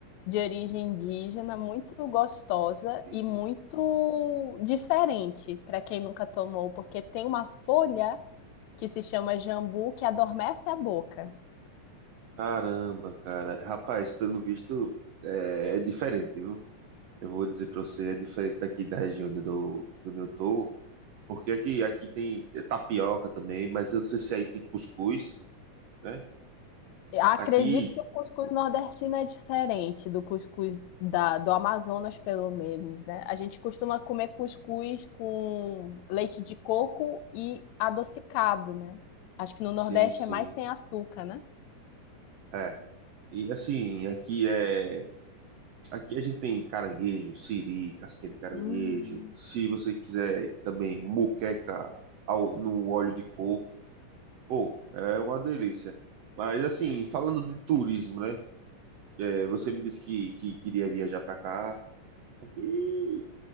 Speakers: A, on the left (about 75°); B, on the right (about 65°).
A: de origem indígena muito gostosa
B: Sim.
A: e muito diferente para quem nunca tomou, porque tem uma folha que se chama jambu que adormece a boca.
B: Caramba, cara. Rapaz, pelo visto é, é diferente, viu? Eu vou dizer pra você, é diferente daqui da região onde eu, dou- onde eu tô, porque aqui, aqui tem é tapioca também, mas eu não sei se aí tem cuscuz, né?
A: Acredito
B: Aqui,
A: que o cuscuz nordestino é diferente do cuscuz da, do Amazonas, pelo menos, né? A gente costuma comer cuscuz com leite de coco e adocicado, né? Acho que no Nordeste
B: sim, sim.
A: é mais sem açúcar, né?
B: É. E assim, aqui é Aqui a gente tem caranguejo, siri, casquinha de caranguejo.
A: Hum.
B: Se você quiser também moqueca ao, no óleo de coco, pô, é uma delícia. Mas assim, falando de turismo, né? É, você me disse que, que queria viajar para cá. Aqui